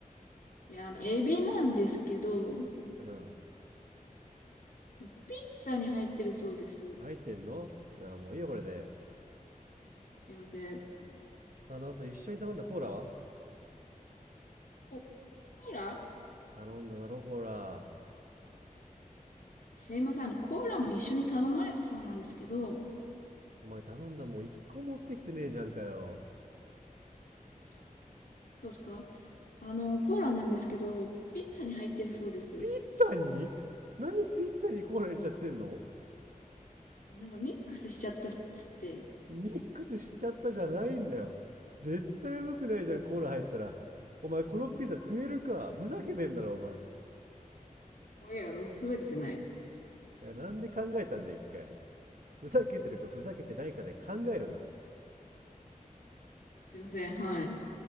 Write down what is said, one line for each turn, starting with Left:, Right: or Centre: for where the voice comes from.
Left: いや、あの、エビなんですけど、ピ
Right: うん。
Left: ッツァに入ってるそうです。
Right: 入ってんのじゃあもういいよ、これで。
Left: すいません。
Right: あの、あと一緒に頼んだコーラは
Left: コ、コーラ
Right: 頼んだだろ、コーラ。
Left: すいません。あの、コーラも一緒に頼まれたそうなんですけど、
Right: お前頼んだもう一個持ってきてねえじゃんかよ。
Left: あそうですかあの、コーラなんですけど、ピッツァに入ってるそうです。
Right: ピッツァになんでピッツァにコーラ入れちゃってんの
Left: なんかミックスしちゃったっつって。
Right: ミックスしちゃったじゃないんだよ絶対うまくないじゃんコーラ入ったらお前このピザ食えるかふざけてんだろお前
Left: いや、ふざけてないです。
Right: いやなんで考えたんだよ一回ふざけてるかふざけてないかで考えるな
Left: すいません、はい。